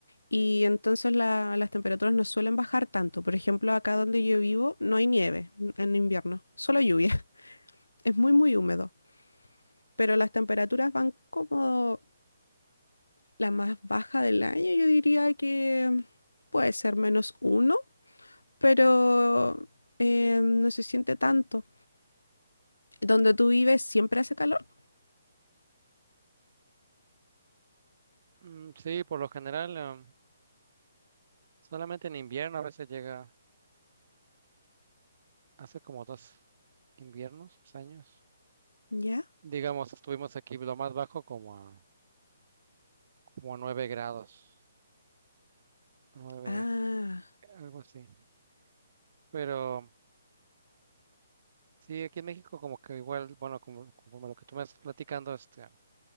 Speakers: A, on the left; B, on the right.
A: Y entonces la- las temperaturas no suelen bajar tanto. Por ejemplo, acá donde yo vivo no hay nieve en invierno, solo lluvia. <laughs> Es muy, muy húmedo. pero las temperaturas van como la más baja del año, yo diría que puede ser menos uno, pero eh, no se siente tanto. ¿Donde tú vives siempre hace calor?
B: Mm, sí, por lo general, em, solamente en invierno a veces llega, hace como dos inviernos, dos años.
A: ¿Ya?
B: Digamos, estuvimos aquí lo más bajo como a, como a 9 grados, nueve
A: Ah,
B: algo así. Pero sí, aquí en México como que igual, bueno, como, como lo que tú me estás platicando, este,